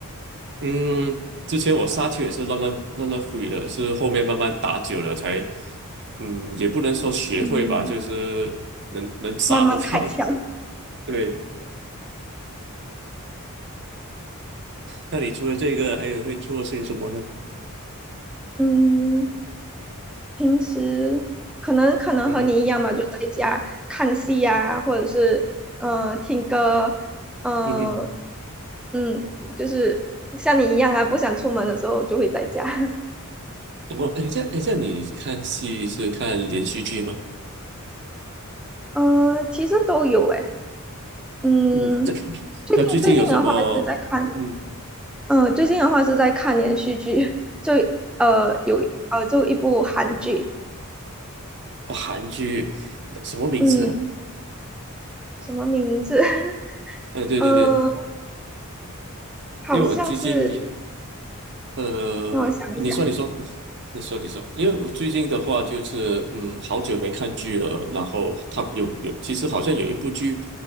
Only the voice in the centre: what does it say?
嗯，
慢慢开窍。
嗯，平时可能可能和你一样嘛，
就在家看戏呀、或者是呃听歌，呃
嗯，就是像你一样啊，不想出门的时候就会在家。<laughs>
呃，其实都有诶。嗯，
最近最近的话是在看
嗯，最近的话是在看连续剧，<laughs> 就呃有呃就一部韩剧，
嗯，什么名字？<laughs>
嗯，好像是，
让我想一想。